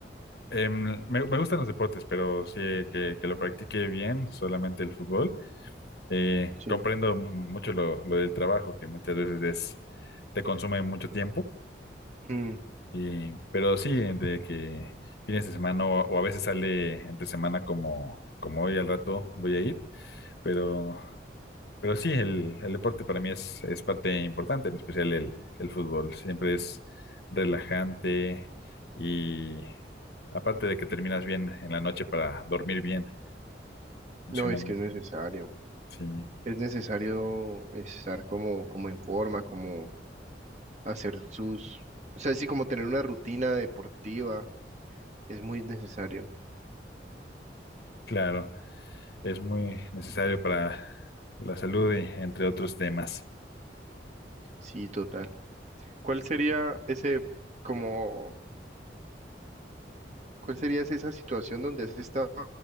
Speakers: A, on the left; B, on the right.
A: Em, me, me gustan los deportes, pero sí eh, que, que lo practique bien, solamente el fútbol. Eh,
B: Sí.
A: comprendo mucho lo, lo del trabajo, que muchas veces es, te consume mucho tiempo.
B: Mm,
A: Y, pero sí, de que fines de semana o, o a veces sale entre semana como, como hoy al rato voy a ir, pero, pero sí, el, el deporte para mí es, es parte importante, en especial el, el fútbol. Siempre es relajante y aparte de que terminas bien en la noche para dormir bien, funciona
B: No, es
A: mucho.
B: que es necesario.
A: Sí,
B: es necesario estar como, como en forma, como hacer sus, o sea, sí, como tener una rutina deportiva, es muy necesario.
A: claro, es muy necesario para la salud y entre otros temas.
B: Sí, total. ¿Cuál sería ese, como, cuál sería esa esa situación donde has estado